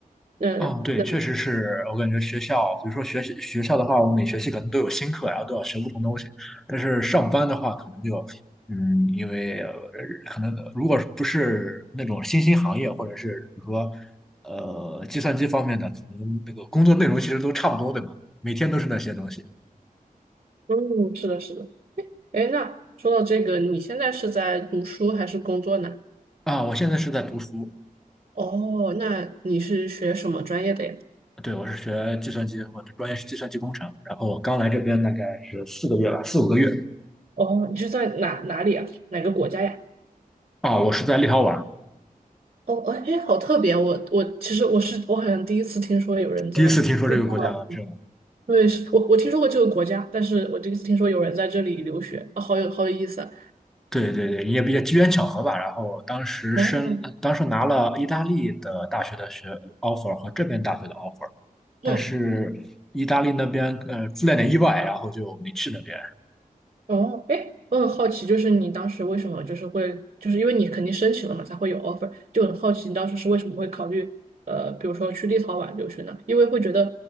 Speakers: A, on the right; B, in the centre.
A: 那那
B: 嗯，对，确实是我感觉学校，比如说学习学校的话，我每学期可能都有新课，然后都要学不同东西。但是上班的话，可能就，嗯，因为呃可能如果不是那种新兴行业，或者是比如说，呃，计算机方面的，可能那个工作内容其实都差不多，对吧？每天都是那些东西。
A: 嗯，是的，是的。哎，那说到这个，你现在是在读书还是工作呢？
B: 啊，我现在是在读书，
A: 哦，那你是学什么专业的呀？
B: 对，我是学计算机，我的专业是计算机工程，然后我刚来这边大概是四个月吧，四五个月。
A: 哦，你是在哪哪里啊？哪个国家呀？
B: 啊，我是在立陶宛，
A: 哦，哦哎，好特别！我我其实我是我好像第一次听说有人在立陶宛
B: 第一次听说这个国家，这
A: 对，是我我听说过这个国家，但是我第一次听说有人在这里留学，啊，好有好有意思啊！
B: 对对对，也比较机缘巧合吧。然后当时申，
A: 哦，
B: 当时拿了意大利的大学的学 offer 和这边大学的 offer，
A: 嗯，
B: 但是意大利那边呃出了点意外，然后就没去那边
A: 哦，哎，我很好奇，就是你当时为什么就是会，就是因为你肯定申请了嘛，才会有 offer，就很好奇你当时是为什么会考虑，呃，比如说去立陶宛留学呢？因为会觉得，